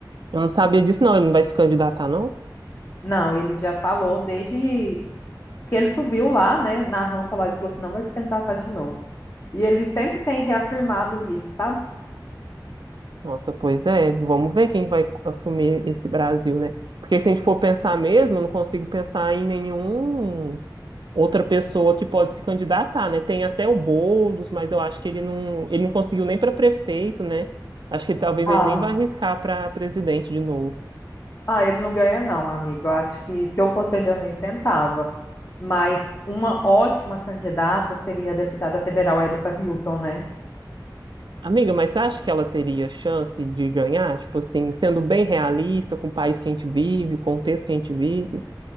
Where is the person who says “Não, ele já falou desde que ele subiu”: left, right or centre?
Left